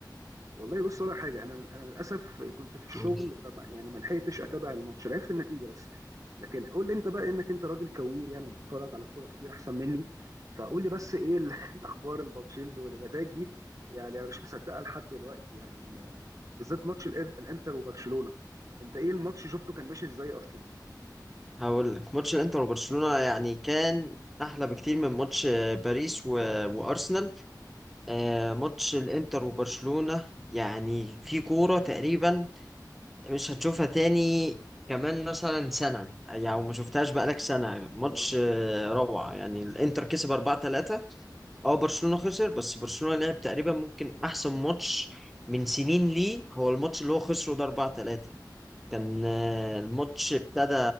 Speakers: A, on the right (about 50°); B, in the centre.
A: والله بص ولا حاجه انا انا للاسف كنت في الشغل
B: قول.
A: فما يعني ما لحقتش اتابع الماتش عرفت النتيجه بس لكن قول لي انت بقى انك انت راجل كوير يعني بتتفرج على كوره كتير احسن مني فقول لي بس ايه ال- <laughs> الاخبار الباتشيلد والنتائج دي يعني انا مش مصدقها لحد دلوقتي يعني ال- بالذات ماتش الإر- الانتر وبرشلونه انت ايه الماتش شفته كان ماشي ازاي اصلا
B: هقول لك ماتش الانتر وبرشلونة يعني كان احلى بكتير من ماتش آه، باريس و... وارسنال آه، ماتش الانتر وبرشلونة يعني في كورة تقريبا مش هتشوفها تاني كمان مثلا سنة يعني ما شفتهاش بقالك سنة ماتش
A: اه
B: آه، روعة يعني الانتر كسب 4-3 اه برشلونة خسر بس برشلونة لعب تقريبا ممكن احسن ماتش من سنين ليه هو الماتش اللي هو خسره ده 4 3 كان آه، الماتش ابتدى